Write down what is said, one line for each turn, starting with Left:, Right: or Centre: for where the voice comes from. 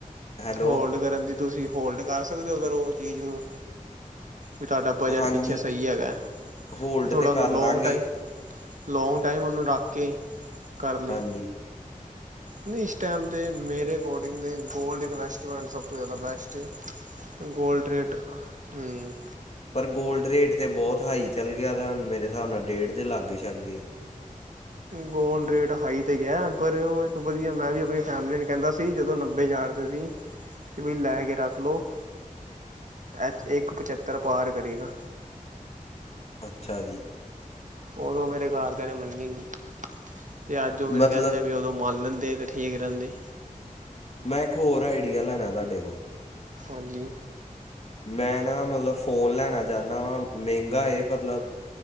Left: ਹੈਲੋ
Right: ਹੋਲਡ ਕਰਨ ਦੀ ਤੁਸੀਂ ਹੋਲਡ ਕਰ ਸਕਦੇ ਹੋ ਅਗਰ ਉਹ ਚੀਜ਼ ਨੂੰ, ਵੀ ਤੁਹਾਡਾ ਬਜਟ
Left: ਹਾਂਜੀ
Right: ਪਿੱਛੇ ਸਹੀ ਹੈਗਾ।
Left: ਹੋਲਡ
Right: ਥੋੜ੍ਹਾ
Left: 'ਤੇ ਕਰ
Right: ਹੁੰਦਾ
Left: ਲਾਂਗੇ
Right: ਲੌਂਗ ਟਾਈਮ ਲੌਂਗ ਟਾਈਮ ਉਹਨੂੰ ਰੱਖ ਕੇ ਕਰ ਲਈ।
Left: ਹਾਂਜੀ
Right: ਨਹੀਂ ਇਸ ਟਾਈਮ ਤੇ ਮੇਰੇ ਅਕੋਰਡਿੰਗ ਦੇ ਗੋਲਡ ਇਨਵੈਸਟਮੈਂਟ ਸਭ ਤੋਂ ਜ਼ਿਆਦਾ ਬੈਸਟ ਹੇ। ਗੋਲਡ ਰੇਟ ਹੁਂ
Left: ਪਰ ਗੋਲਡ ਰੇਟ ਤੇ ਬਹੁਤ ਹਾਈ ਚੱਲ ਗਿਆ ਦਾ ਹੈ ਹੁਨ। ਮੇਰੇ ਹਿਸਾਬ ਨਾਲ ਡੇਢ ਦੇ ਲਾਗੇ ਛਾਗੇ ਹੈ।
Right: ਗੋਲਡ ਰੇਟ ਹਾਈ ਤੇ ਗਿਆ ਹੈ, ਪਰ ਉਹ ਇੱਕ ਵਧੀਆ। ਮੈਂ ਵੀ ਆਪਣੀ ਫੈਮਿਲੀ ਨੂੰ ਕਹਿੰਦਾ ਸੀ ਜਦੋਂ ਨੱਬੇ ਹਜ਼ਾਰ ਤੁਸੀਂ, ਕਿ ਭਈ ਲੈ ਕੇ ਰੱਖ ਲਓ ਅਜ ਇੱਕ ਪਚੱਤਰ ਪਾਰ ਕਰੇਗਾ।
Left: ਅੱਛਾ ਜੀ।
Right: ਉਦੋਂ ਮੇਰੇ ਘਰ ਘਰੇ ਮੰਨੀ ਨਹੀਂ, ਤੇ ਅੱਜ ਉਹ ਮੈਨੂੰ
Left: ਮਤਲਬ
Right: ਕਹਿੰਦੇ ਵੀ ਉਦੋਂ ਮੰਨ ਲੈਂਦੇ ਤੇ ਠੀਕ ਠੀਕ ਰਹਿੰਦੇ।
Left: ਮੈਂ ਇੱਕ ਹੋਰ ਆਈਡੀਆ ਲੈਣਾ ਤੁਹਾਡੇ ਕੋਲ।
Right: ਹਾਂਜੀ।
Left: ਮੈਂ ਨਾ ਮਤਲਬ ਫੋਨ ਲੈਣਾ ਚਾਹੁੰਦਾ ਵਾ, ਮ ਮਹਿੰਗਾ ਐ ਮਤਲਬ